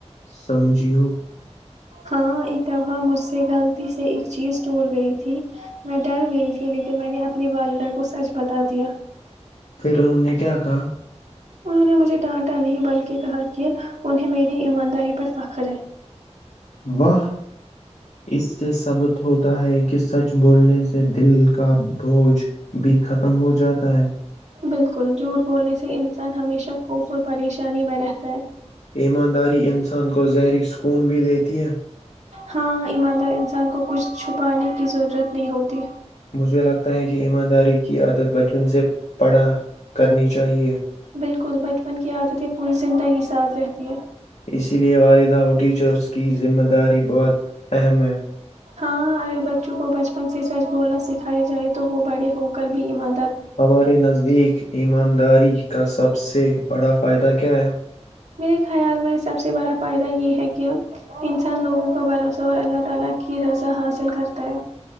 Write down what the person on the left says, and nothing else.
سمجھی ہو
پھر انہوں نے کیا کہا؟
واہ اس سے سبت ہوتا ہے کہ سچ بولنے سے دل کا بوجھ بھی ختم ہو جاتا ہے
ایمانداری انسان کو زہری سکون بھی دیتی ہے
مجھے لگتا ہے کہ ایمانداری کی عادت بچپن سے پڑھا کرنی چاہیے
اسی لیے والدہ اور ٹیچرز کی ذمہ داری بہت اہم ہے
ہمارے نزدیک ایمانداری کا سب سے بڑا فائدہ کیا ہے